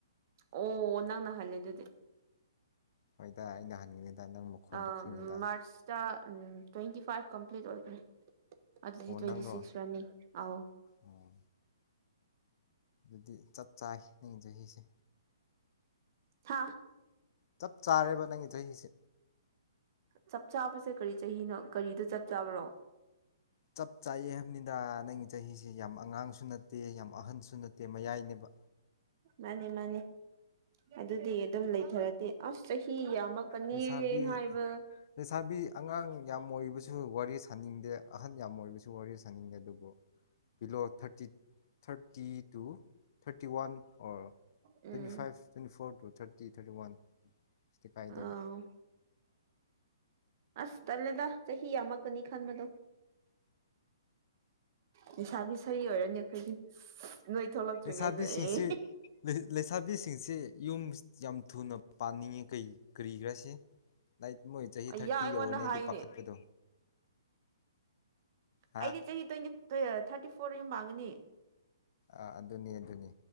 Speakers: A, on the right; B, on the left.
A: ꯑꯣ ꯅꯪꯅ ꯍꯜꯂꯦ ꯑꯗꯨꯗꯤ
B: ꯍꯣꯏꯗ ꯑꯩꯅ ꯍꯟꯒꯅꯤꯗ ꯅꯪ ꯃꯈꯣꯟꯗ
A: ꯑ
B: ꯈꯪꯉꯤꯗ
A: ꯃꯥꯔꯁ ꯇ꯭ꯋꯦꯟꯇꯤ ꯐꯥꯏꯚ ꯂꯤꯠ ꯑꯣꯏꯈ꯭ꯔꯦ ꯑꯗꯨꯗꯤ
B: ꯑꯣ
A: ꯇ꯭ꯋꯦꯟꯇꯤ
B: ꯅꯪꯔꯣ
A: ꯁꯤꯛꯁ ꯔꯟꯅꯤ ꯑ
B: ꯑꯣ ꯑꯗꯨꯗꯤ ꯆꯞ ꯆꯥꯏ ꯅꯪ ꯆꯍꯤꯁꯦ
A: ꯍꯥꯥ
B: ꯆꯞ ꯆꯥꯔꯦꯕ ꯅꯪꯒꯤꯗꯁꯦ
A: ꯆꯞ ꯆꯥꯕꯁꯦ ꯀꯔꯤ ꯆꯍꯤꯅꯣ ꯀꯔꯤꯗ ꯆꯞ ꯆꯥꯕꯔꯣ
B: ꯆꯞ ꯆꯥꯛꯑ ꯍꯥꯏꯕꯅꯤꯗ ꯅꯪꯒꯤ ꯆꯍꯤꯁꯦ ꯌꯥꯝ ꯑꯉꯥꯡꯁꯨ ꯅꯠꯇꯦ ꯌꯥꯝ ꯑꯍꯟꯁꯨ ꯅꯠꯇꯦ ꯃꯌꯥꯏꯅꯦꯕ
A: ꯃꯥꯅꯤ ꯃꯥꯅꯤ ꯑꯗꯨꯗꯤ ꯑꯗꯨꯝ ꯂꯩꯊꯔꯗꯤꯦ ꯑꯁ ꯆꯍꯤ ꯌꯥꯝ ꯀꯅꯤ
B: ꯂꯩꯁꯥꯕꯤ
A: ꯍꯥꯏꯕ
B: ꯂꯩꯁꯥꯕꯤ ꯑꯉꯥꯡ ꯌꯥꯝ ꯑꯣꯏꯕꯁꯨ ꯋꯥꯔꯤ ꯁꯥꯅꯤꯡꯗꯦ ꯑꯍꯟ ꯌꯥꯝ ꯑꯣꯏꯕꯁꯨ ꯋꯥꯔꯤ ꯁꯥ ꯆꯅꯤꯡꯗꯦ ꯑꯗꯨꯕꯨ below thirty thirty two thirty one or
A: um
B: twenty five twenty four two thirty thirty one ꯁꯤꯗꯤ ꯀꯥꯏꯗꯦꯕ
A: ꯑꯥꯎ ꯑꯁ ꯇꯂꯦꯗ ꯆꯍꯤ ꯌꯥꯝꯃꯛꯛꯀꯅꯤ ꯈꯟꯕꯗꯣ ꯅꯤꯁꯥꯕꯤ ꯁꯔꯤ ꯑꯣꯏꯔꯅꯤ ꯑꯩꯈꯣꯏꯗꯤ ꯅꯣꯏ ꯊꯣꯛꯂꯛꯇ꯭ꯔꯤꯉꯩꯗ
B: ꯂꯩꯁꯥꯕꯤꯁꯤꯡꯁꯤ
A: ꯑꯦ
B: ꯂꯩꯁꯥꯕꯤꯁꯤꯡꯁꯤ ꯌꯨꯝ ꯌꯥꯝ ꯊꯨꯅ ꯄꯥꯅꯤꯡꯉꯤ ꯀꯔꯤ ꯀꯔꯤꯒ꯭ꯔꯥꯁꯤ ꯂꯥꯏꯛ ꯃꯣꯏ ꯆꯍꯤ
A: ꯑꯩꯌꯥ
B: ꯊꯥꯔꯇꯤ
A: ꯑꯩꯉꯣꯟꯗ
B: ꯌꯧꯔꯅꯦꯗꯤ
A: ꯍꯥꯏꯅꯦ
B: ꯄꯥꯈꯠꯄꯗꯣ ꯍꯥ
A: ꯑꯩꯗꯤ ꯆꯍꯤ ꯇ꯭ꯋꯦꯟꯇꯤ ꯊꯥꯔꯇꯤ ꯐꯣꯔ ꯃꯥꯡꯒꯅꯤ
B: ꯑ ꯑꯗꯨꯅꯤ ꯑꯗꯨꯅꯤ